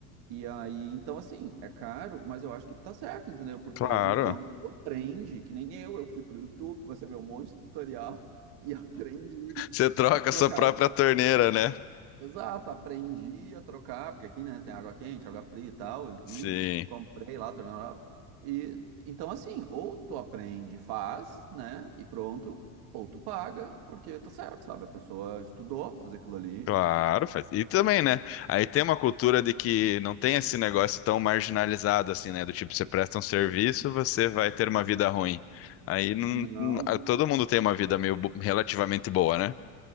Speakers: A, on the right; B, on the left.
A: E aí, então, assim, é caro, mas eu acho que tá certo, entendeu? Porque
B: Claro.
A: então tu aprende, que nem eu, eu fui pro YouTube, comecei a ver um monte de tutorial <laughs> e aprendi
B: Você troca
A: a trocar
B: a sua própria torneira, né?
A: Exato, aprendi a trocar, porque aqui, né, tem água quente, água fria e tal, eu vi,
B: Sim.
A: comprei lá, torneira, e então assim, ou tu aprende, faz, né, e pronto, ou tu paga, porque tá certo, sabe, a pessoa estudou pra fazer aquilo ali.
B: Claro, faz. E também, né? Aí tem uma cultura de que não tem esse negócio tão marginalizado assim, né? Do tipo, você presta um serviço, você vai ter uma vida ruim. Aí não,
A: Não,
B: não- ah, todo mundo tem uma vida meio bo- relativamente boa, né?